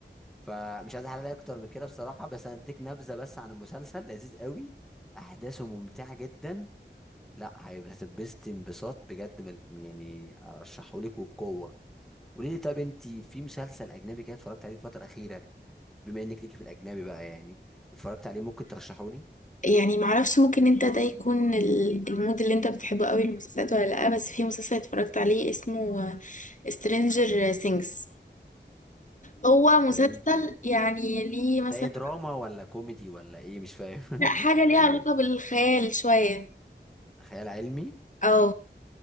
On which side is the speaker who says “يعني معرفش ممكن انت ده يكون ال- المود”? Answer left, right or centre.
Left